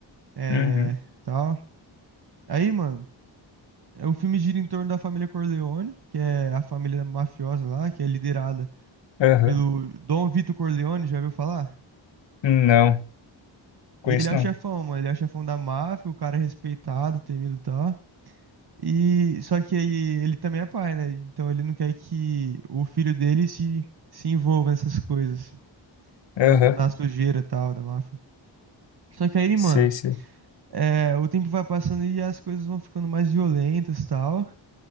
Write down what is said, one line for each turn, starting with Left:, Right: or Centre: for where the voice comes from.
Right: é,
Left: uhum,
Right: tal. Aí, mano, é- o filme gira em torno da família Corleone, que é a família mafiosa lá, que é liderada
Left: aham.
Right: pelo Dom Vito Corleone, já ouviu falar?
Left: Não, conheço
Right: E ele é o
Left: não.
Right: chefão, mano. Ele é o chefão da máfia, o cara é respeitado, temido e tal. E só que aí ele também é pai, né? Então ele não quer que o filho dele se, se envolva nessas coisas,
Left: Aham,
Right: no- na sujeira e tal da máfia. Só que aí,
Left: sei,
Right: mano,
Left: sei.
Right: é, o tempo vai passando e as coisas vão ficando mais violentas e tal.